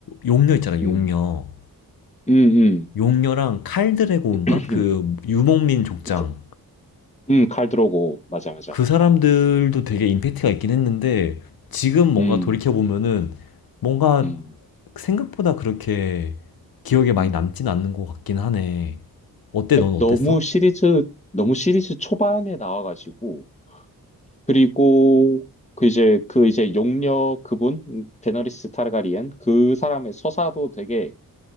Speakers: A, on the left; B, on the left.
A: 용녀 있잖아,
B: 음,
A: 용녀.
B: 음, 음.
A: 용녀랑 칼 드래곤인가?
B: <clears throat>
A: 그 유목민 족장.
B: 그- 음, 칼 들어오고, 맞아, 맞아.
A: 그 사람들도
B: 어.
A: 되게 임팩트가 있긴 했는데 지금 뭔가
B: 음,
A: 돌이켜보면은 뭔가
B: 음,
A: 생각보다 그렇게 기억에 많이
B: 음.
A: 남진 않는 것 같긴 하네. 어때?
B: 그
A: 넌
B: 너무
A: 어땠어?
B: 시리즈, 너무 시리즈 초반에 나와가지고, 그리고 그 이제, 그 이제 용녀 그분, 음, 데너리스 타르가리엔, 그 사람의 서사도 되게,